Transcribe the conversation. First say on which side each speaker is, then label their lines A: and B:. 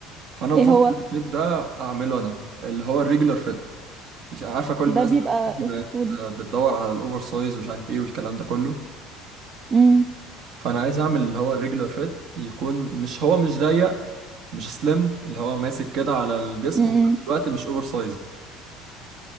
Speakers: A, on the right; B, on the right.
A: فانا
B: ايه
A: بفكر
B: هو
A: الفيت ده اعمله انا اللي هو الريجولار فيت مش عارفه كل
B: ده
A: الناس
B: بيبقى
A: دلوقتي
B: اوصفولي
A: بقت بتدور على الاوفر سايز ومش عارف ايه والكلام ده كله
B: امم
A: فانا عايز اعمل اللي هو الريجولار فيت يكون مش هو مش ضيق مش سليم اللي هو ماسك كده على الجسم
B: امم
A: وفي نفس الوقت مش اوفر سايزد